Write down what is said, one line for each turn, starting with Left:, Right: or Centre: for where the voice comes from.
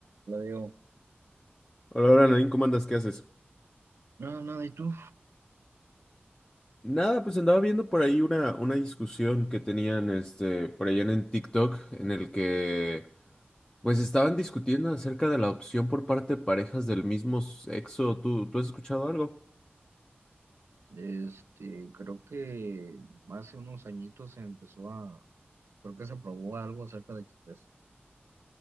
Right: Lo digo.
Left: Hola, hola, Nain, ¿cómo andas? ¿Qué haces?
Right: No, nada, ¿y tú?
Left: Nada, pues andaba viendo por ahí una, una discusión que tenían este, por allá en el TikTok, en el que pues estaban discutiendo acerca de la opción por parte de parejas del mismo sexo. ¿Tú, tú has escuchado algo?
Right: Este, creo que hace unos añitos se empezó a, creo que se aprobó algo acerca de que, pues,